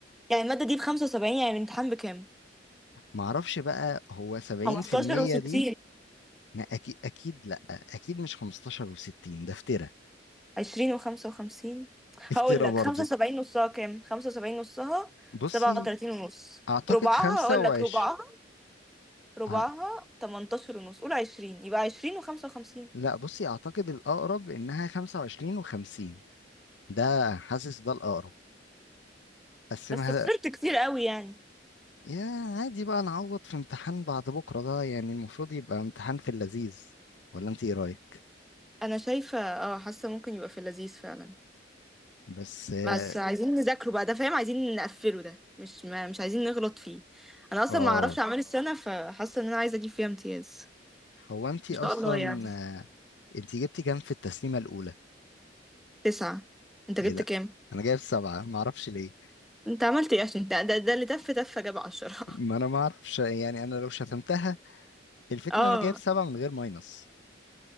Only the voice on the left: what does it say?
ما اعرفش بقى هو 70%
دي ما اكيد اكيد لا اكيد مش 15 و60 ده افترا
افترا
برضو
بصي
اعتقد
25
ه-
لا بصي اعتقد الاقرب انها 25 و50 ده حاسس ده الاقرب قسمها
يا عادي بقى نعوض في امتحان بعد بكرة ده يعني المفروض يبقى امتحان في اللذيذ ولا انت ايه رأيك
بس اه
آه،
هو انت
اصلا
آه، انت جبتي كام في التسليمة الأولى
ايه ده
انا جايب سبعة معرفش ليه
ما انا معرفش يعني انا لو شتمتها الفكرة
ان انا جايب سبعة من غير ماينس